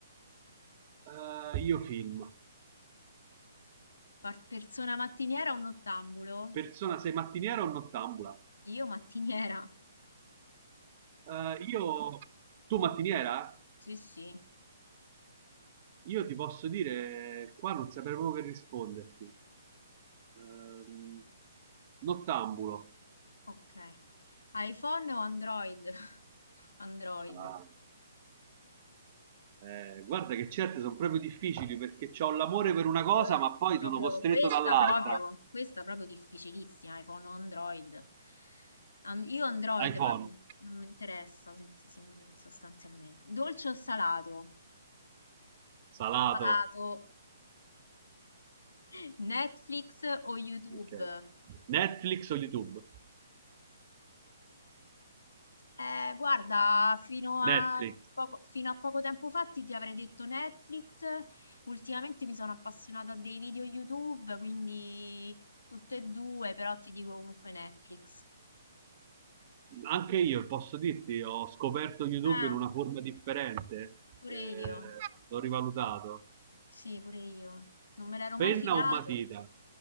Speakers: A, on the right (about 40°); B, on the left (about 75°).
A: Eh, io film.
B: Par- persona mattiniera o nottambulo?
A: Persona, sei mattiniera o nottambula?
B: Io mattiniera?
A: Eh, io, tu mattiniera?
B: Sì, sì,
A: Io ti posso dire, qua non saprei proprio che risponderti. Ehm, nottambulo.
B: ok. iPhone o Android? <laughs> Android.
A: Ah, eh, guarda che certe sono proprio difficili perché ho l'amore per una cosa
B: Eh,
A: ma poi
B: Proprio
A: sono costretto
B: questa,
A: dall'altra.
B: proprio, questa proprio difficilissima, iPhone o Android. An- io Android,
A: iPhone.
B: ma non mi interessa sin- sin- sostanzialmente. Dolce o salato?
A: Salato.
B: Salato. <laughs> Netflix o YouTube?
A: Ok. Netflix o YouTube?
B: Eh, guarda, fino a
A: Netflix.
B: poco, fino a poco tempo fa ti ti avrei detto Netflix, ultimamente mi sono appassionata a dei video YouTube, quindi tutte e due, però ti dico comunque Netflix.
A: Anche io posso dirti, ho scoperto YouTube
B: Eh,
A: in una forma differente,
B: pure
A: eh,
B: io,
A: l'ho rivalutato.
B: sì, pure io, non me l'ero mai
A: Penna
B: filato.
A: o matita?